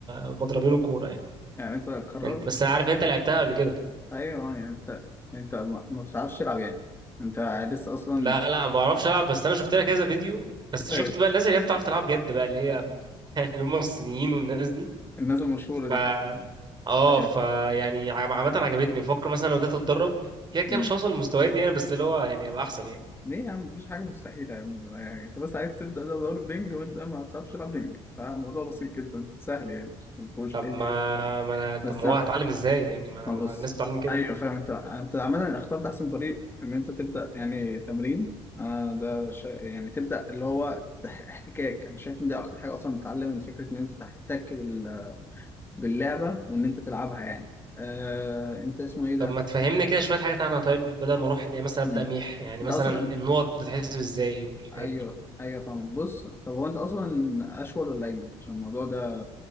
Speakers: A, on the right; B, on the left.
A: مضربين وكوره يعني
B: يعني انت قررت
A: انت بس انا عارف انت لعبتها قبل كده
B: ايوه اه يعني انت انت ما ما بتعرفش تلعب يعني انت لسه اصلا
A: لا لا ما اعرفش العب بس انا شفت لها كذا فيديو بس
B: ايوه
A: شفت بقى الناس اللي هي بتعرف تلعب جد بقى اللي هي <laughs> اللي هم الصينيين والناس
B: الناس المشهورة دي
A: ف اه
B: ايوه
A: ف يعني عم- عامة عجبتني بفكر مثلا لو بدأت اتدرب كده كده
B: مم.
A: مش هوصل للمستويات دي يعني بس اللي هو يعني ابقى احسن يعني
B: ليه يا عم مفيش حاجة مستحيلة يا عم ولا أي حاجة. انت بس عايز تبدأ دورة بينج وانت ما بتعرفش تلعب بينج فالموضوع بسيط جدا سهل يعني مفيهوش
A: طب
B: اي
A: ما ما انا طب
B: بس
A: ما هو هتعلم ازاي يعني ما, أنا...
B: ما
A: ما
B: بص
A: الناس بتتعلم كده
B: ايوه فاهم انت انت عمال اخترت احسن طريق ان انت تبدا يعني تمرين انا ده شا... يعني تبدا اللي هو تح- احتكاك انا شايف ان دي اكتر حاجه اصلا بتعلم من فكره ان انت تحتك بال... باللعبه وان انت تلعبها يعني آه... انت اسمه ايه ده
A: طب ما تفهمني كده شوية حاجات عنها طيب بدل ما اروح يعني مثلا ابدأ
B: مم.
A: ميح يعني
B: انت
A: مثلا
B: اصلا
A: النقط بتتحسب ازاي والحاجات
B: ايوه
A: دي
B: ايوه فاهم بص طب هو انت اصلا اشول ولا ايمن عشان الموضوع ده